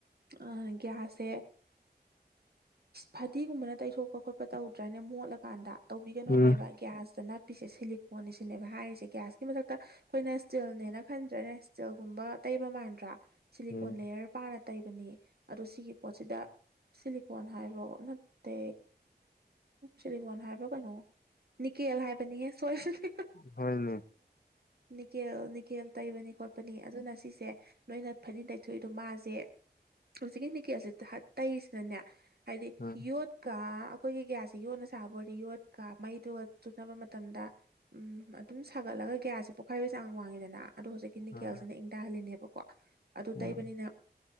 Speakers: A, on the right; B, on the left.
A: ꯑꯥ ꯒ꯭ꯌꯥꯁꯁꯦ ꯐꯗꯤꯒꯨꯝꯕꯅ ꯇꯩꯊꯣꯛꯄ ꯈꯣꯠꯄ ꯇꯧꯗ꯭ꯔꯥꯅ ꯃꯣꯠꯂꯀꯥꯟꯗ ꯇꯧꯕꯤꯒꯅꯨ
B: ꯎꯝ
A: ꯍꯥꯏꯕ ꯒ꯭ꯌꯥꯁꯇ ꯅꯞꯄꯤꯁꯦ ꯁꯤꯂꯤꯀꯣꯟꯅꯤꯁꯤꯅꯦꯕ꯫ ꯍꯥꯏꯔꯤꯁꯦ ꯒ꯭ꯌꯥꯁꯀꯤ ꯃꯊꯛꯇ ꯑꯩꯈꯣꯏꯅ ꯏꯁꯇꯤꯜꯅꯦꯅ ꯈꯟꯗ꯭ꯔꯦꯅꯦ ꯏꯁꯇꯤꯜꯒꯨꯝꯕ ꯇꯩꯕ ꯃꯥꯟꯗ꯭ꯔꯥ꯫ ꯆꯂꯤꯀꯣꯟ
B: ꯎꯝ
A: ꯂꯩꯌꯔ ꯄꯥꯅ ꯇꯩꯕꯅꯤ ꯑꯗꯨ ꯁꯤꯒꯤ ꯄꯣꯠꯁꯤꯗ ꯁꯤꯂꯤꯀꯣꯟ ꯍꯥꯏꯕ꯭ꯔꯣ ꯅꯠꯇꯦ꯫ ꯁꯤꯂꯤꯒꯣꯟ ꯍꯥꯏꯕ꯭ꯔ ꯀꯩꯅꯣ ꯅꯤꯀꯦꯜ ꯍꯥꯏꯕꯅꯤꯍꯦ ꯁꯣꯏꯕꯅꯤ꯫
B: ꯍꯣꯔꯦꯟꯅꯦ꯫
A: ꯅꯤꯀꯦꯜ ꯅꯤꯀꯦꯜ ꯇꯩꯏꯕꯅꯤ ꯈꯣꯠ ꯄꯅꯤ ꯑꯗꯨꯅ ꯁꯤꯁꯦ ꯅꯣꯏꯅ ꯐꯗꯤ ꯇꯩꯊꯣꯛꯏꯗꯣ ꯃꯥꯁꯦ ꯍꯧꯖꯤꯛꯀꯤ ꯅꯤꯛ ꯀꯦꯁꯁꯦ ꯇꯩꯁꯤꯅꯅꯦ ꯍꯥꯏꯗꯤ
B: ꯎꯝ
A: ꯌꯣꯠ ꯌꯣꯠꯀ ꯑꯩꯈꯣꯏꯒꯤ ꯒ꯭ꯌꯥꯁꯁꯤ ꯌꯣꯅ ꯁꯥꯕ ꯑꯣꯏꯗꯤ ꯌꯣꯠꯀ ꯃꯩꯗꯨꯒ ꯆꯨꯅꯕ ꯃꯇꯝꯗ ꯎꯝ ꯑꯗꯨꯝ ꯁꯥꯒꯠꯂꯒ ꯒ꯭ꯌꯥꯁꯁꯦ꯫ ꯄꯣꯛꯈꯥꯏꯕ ꯆꯥꯡ ꯋꯥꯡꯉꯤꯗꯅ ꯑꯗꯣ ꯍꯧꯖꯤꯛꯀꯤ ꯅꯤꯀꯦꯜꯁꯤꯅ
B: ꯎꯝ
A: ꯏꯪꯊꯍꯜꯂꯤꯅꯦꯕꯀꯣ ꯑꯗꯨ
B: ꯎꯝ
A: ꯇꯩꯕꯅꯤꯅ